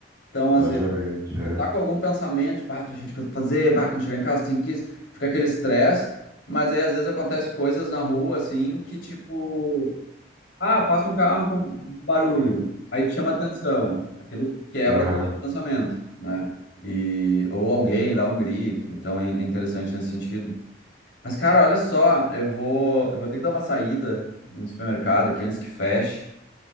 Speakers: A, on the left; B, on the right.
A: Então,
B: exatamente.
A: às vezes,
B: é.
A: tu tá com algum pensamento, tipo, ah, tô cheio de coisa pra fazer, bah, quando chegar em casa tem que isso, fica aquele estresse, mas aí às vezes acontece coisas na rua, assim, que tipo. Ah, passa um carro com barulho, aí te chama atenção, aquilo quebra
B: Aham.
A: o pensamento, né? E, ou alguém dá um grito, então é, é interessante nesse sentido. Mas, cara, olha só, eu vou, eu vou ter que dar uma saída no supermercado aqui antes que feche.